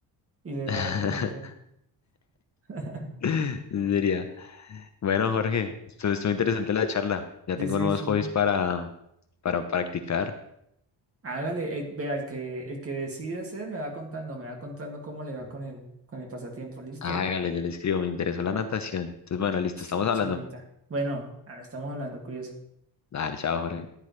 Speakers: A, on the right (about 30°); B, on the left (about 40°).
A: y le da
B: <laughs>
A: vueltas al tren. <laughs>
B: <laughs> Diría. Bueno, Jorge, estuvo, estuvo interesante la charla. Ya
A: Sí,
B: tengo
A: sí,
B: nuevos
A: sí.
B: hobbies para, para practicar.
A: Hágale, eh, vea, el que, el que decide hacer me va contando, me va contando cómo le va con el, con el pasatiempo, ¿listo?
B: Hágale, yo le escribo, me interesó la natación. Entonces, bueno, listo,
A: Se
B: estamos hablando.
A: invita. Bueno, ahora estamos hablando, cuídese.
B: Dale, chao, Jorge.